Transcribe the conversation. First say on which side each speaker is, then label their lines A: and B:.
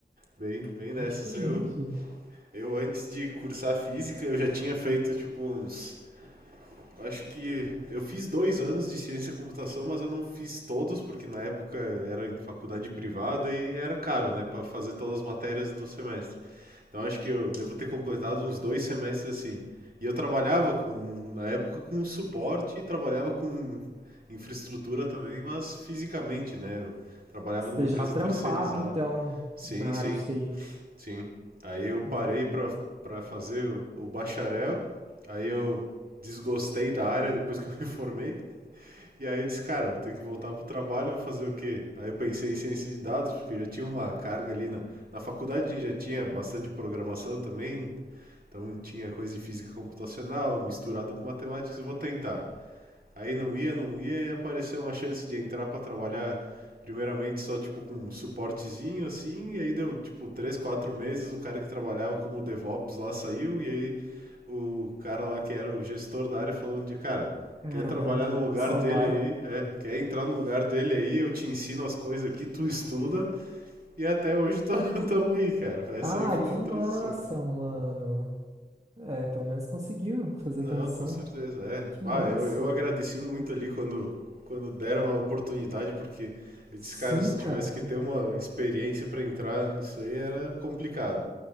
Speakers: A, on the right (about 55°); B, on the right (about 40°).
A: Bem, bem nessas.
B: Diferente.
A: Eu, eu antes de cursar física, eu já tinha feito tipo uns Acho que eu fiz dois anos de ciência da computação, mas eu não fiz todos, porque na época era em faculdade privada e era caro, né, Pra fazer todas as matérias do semestre. Então acho que eu devo ter completado uns dois semestres assim. E eu trabalhava com, na época, com suporte, trabalhava com infraestrutura também, mas fisicamente, né? Eu trabalhava
B: Você
A: numa empresa
B: já trampava,
A: terceirizada.
B: então,
A: Sim,
B: na
A: sim,
B: área de TI.
A: sim. Aí eu parei
B: Hum,
A: pra, pra fazer o, o bacharel, aí eu desgostei da área depois que eu <laughs> me formei, e aí eu disse, cara, eu vou ter que voltar pro trabalho, vou fazer o quê? Aí eu pensei em ciência de dados, porque eu já tinha uma carga ali na, na faculdade, a gente já tinha bastante programação também, então tinha coisa de física computacional misturado com matemática, vou tentar. Aí não ia, não ia, e apareceu uma chance de entrar para trabalhar primeiramente só tipo com um suportezinho assim, e aí deu tipo 3, 4 meses, o cara que trabalhava como DevOps lá saiu, e aí o cara lá que era o gestor da área falou de cara,
B: Caraca,
A: quer trabalhar no lugar
B: só
A: dele
B: vai.
A: aí, é, quer entrar no lugar dele aí, eu te ensino as coisas aqui, tu estuda, e até hoje tam- <laughs> tamo aí, cara. Essa
B: Ah,
A: aí foi
B: que
A: uma
B: massa,
A: transição.
B: mano. É, pelo menos conseguiu fazer
A: Não,
B: a transição.
A: com certeza. É.
B: Que
A: Bah,
B: massa.
A: eu, eu agradeci muito ali quando, quando deram a oportunidade, porque eu
B: Sim,
A: disse, cara, se
B: cara.
A: tivesse que ter uma experiência para entrar nisso aí era complicado.